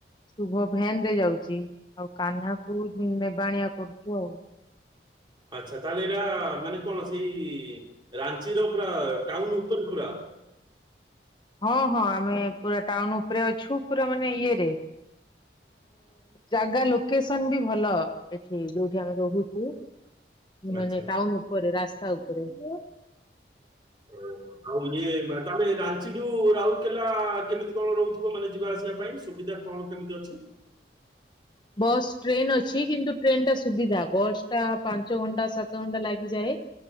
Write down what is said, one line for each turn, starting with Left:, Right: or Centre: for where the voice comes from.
Left: ଶୁଭ ଭ୍ୟାନ ରେ ଯାଉଚି ଆଉ କାହ୍ନାକୁ ନେବାଣିଆ କରୁଛୁ ଆଉ।
Right: ହ ଆଛା ତାହେଲେ ଏରା ମାନେ କଣ ସେଇ ରାଞ୍ଚିର ପୁରା ଟାଉନ ଉପରେ ପୁରା
Left: ହଁ ହଁ ଆମେ ପୁରା ଟାଉନ ଉପରେ ଅଛୁ ପୁରା ମାନେ ଇଏରେ ଜାଗା ଲୋକେସନ ବି ଭଲ ଏଠି ଯୋଉଠି ଆମେ ରହୁଛୁ ମାନେ
Right: ଆଚ୍ଛା।
Left: ଟାଉନ ଉପରେ ରାସ୍ତା ଉପରେ <inaudible>
Right: ଓହୋ ଆଉ ଇଏ ମ୍ୟାଡ଼ାମ ଏରା ଠୁ ରାଉରକେଲା କେମିତି କଣ ରହୁଥିବ? ମାନେ ଯିବା ଆସିବା ପାଇଁ ସୁବିଧା କଣ କେମିତି ଅଛି? ହଁ
Left: ବସ୍ ଟ୍ରେନ ଅଛି କିନ୍ତୁ ଟ୍ରେନ ଟା ସୁବିଧା ବସ୍ ଟା ପାଞ୍ଚ ଘଣ୍ଟା ସାତ ଘଣ୍ଟା ଲାଗିଯାଏ।